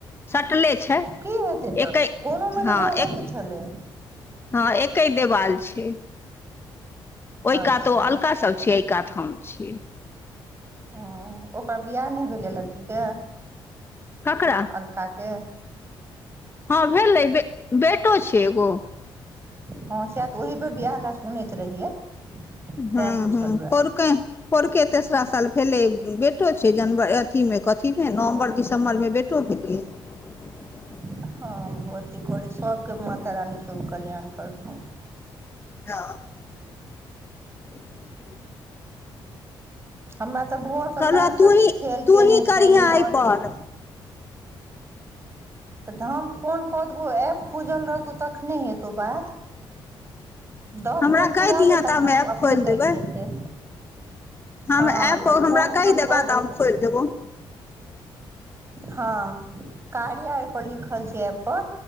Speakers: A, on the left (about 25°); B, on the right (about 30°).
A: सटले छै।
B: तऽ की हेतै तऽ,
A: एके
B: कोनो में
A: हँ
B: तऽ रहेके
A: एक
B: छलै।
A: हँ, एके देवाल छै। ओहि
B: अच्छा
A: कात ओ अलका सभ छियै, एहि कात हम छियै।
B: ह ओकर वियाह नहि भेलए लड़कीके।
A: ककरा
B: अलकाके।
A: हँ भेलै बे, बेटो छै एगो।
B: हँ सेह तऽ ओहिबे बियाह लए सुनैत रहियै।
A: हूं,
B: तैं पुछलहुए
A: हूं पौंरके, पौंरके तै। दोसरा साल भेलै, बेटो छै जनवर अथी में, कथीमें नवम्बर-दिसम्बरमें बेटो भेलै। <unintelligible>
B: हँ भगवती करै, सभके माता रानी शुभ कल्याण करथुन।
A: हँ। <inaudible>
B: हमरा तऽ भोर से
A: कहलहुँ
B: लाइन
A: तूही
B: तत्त खेल
A: तूही
B: कने
A: करिहेँ
B: छै, ने भौलटे।
A: एहिपर
B: तऽ हम फोन कऽ देबौ, ऐप खुजल रहतौ तखने हेतौ बात। दस
A: हमरा
B: मिनट
A: कहि
B: पूरा
A: दिहेँ
B: ले तखन
A: तऽ हम ऐप
B: अपने
A: खोलि देबै
B: कटि जेतै।
A: हम
B: हँ
A: ऐपओ,
B: तऽ
A: हमरा
B: फोन
A: कहि
B: हम
A: देबै
B: कऽ देब
A: तऽ हम खोलि देबौ।
B: हँ, कार्या ओय पर लिखल छै, एप पर।